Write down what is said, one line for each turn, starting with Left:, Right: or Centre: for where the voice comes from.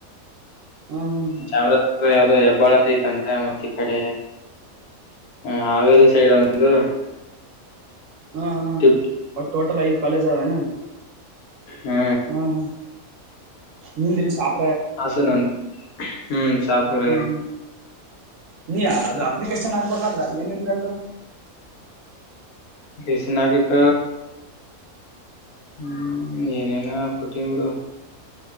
Right: ಹಾ ಹಾ
Left: ಚಾಮರಾಜ ಯಾವ್ದೋ ಹೆಬ್ಬಾಳ ಅಂತ ತ್ಂತ ಮತ್ತೆ ಈ ಕಡೆ ಹ್ಮ ಹಾವೇರಿ ಸೈಡ್ ಒಂದು
Right: ಹಾ ಹಾ ಹಾ
Left: ಟಿಪ್ಪು
Right: ಅವ ಟೋಟಲ್ ಐದ್ ಕಾಲೇಜ್ ಅವೇನಾ
Left: ಹಾ
Right: ಹಾ ಹಾ ನಿಂದಿಲ್ಲಿ ಸಾಪ
Left: ಹಸನಂದು ಹ್ಮ್ ಶಾಪುರ
Right: ಹ್ಮ್ ಹ್ಮ್ ನೀ ಅದು ಅಪ್ಲಿಕೇಶನ್ ಹಾಕ್ಬೇಕಾದ್ರ ಏನ್ೇನ್ಬೇಕ
Left: ದಿಸನಾಗೆ ಕ ಹ್ಮ್ ಏನೇನ ಕೊಟ್ಟನ್ ಬಿಿಡು